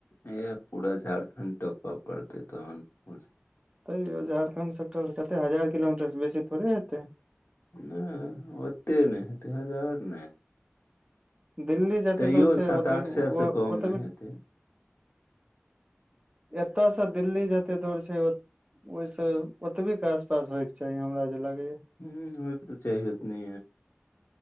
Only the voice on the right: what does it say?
तैयो झारखण्ड सटल कतेक हजार किलोमीटरसँ बेसी थोड़े हेतैय
दिल्ली जते
दूर छै
ओते
ओ
ओतबे
एतयसँ दिल्ली जतेक दूर छै ओहि से ओतबे के आस पास होय के चाही हमरा जे लागे या